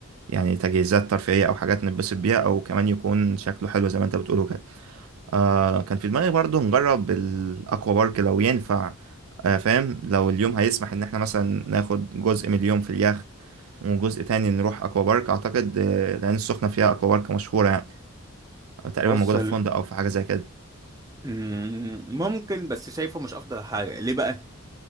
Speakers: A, on the right (about 85°); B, on the right (about 15°).
A: يعني تجهيزات ترفيهيه او حاجات نتبسط بيها او كمان يكون شكله حلو زي ما انت بتقوله كده آه كان في دماغي برضه نجرب الأكوا بارك لو ينفع آه فاهم لو اليوم هيسمح إن احنا مثلا ناخد جزء من اليوم في اليخت وجزء تاني نروح أكوا بارك أعتقد آه لأن السخنة فيها أكوا بارك مشهورة يعني آه، تقريبا
B: بص
A: موجودة
B: ال-
A: في فندق أو في حاجة زي كده
B: مم، ممكن بس شايفه مش افضل حاجة ليه بقى